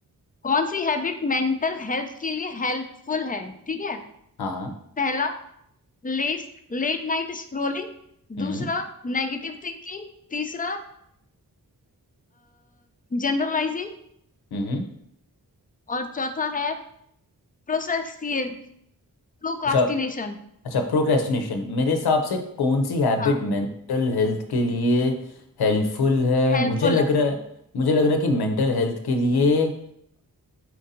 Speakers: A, on the left; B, on the left.
A: कौन सी हैबिट मेंटल हेल्थ के लिए हेल्पफुल है ठीक है
B: हाँ हाँ,
A: पहला लेस लेट नाइट स्क्रोलिंग
B: हम्म
A: दूसरा नेगेटिव थिंकिंग तीसरा जनरलाइजिंग
B: हम्म हम्म।
A: और चौथा है प्रोसेसियल प्रोकास्टिनेशन
B: अच्छा अच्छा प्रोक्रेस्टिनेशन मेरे हिसाब से कौन सी हैबिट
A: हाँ
B: मेंटल हेल्थ के लिए हेल्पफुल है
A: हेल्पफुल
B: मुझे लग
A: है
B: रहा है मुझे लग रहा है कि मेंटल हेल्थ के लिए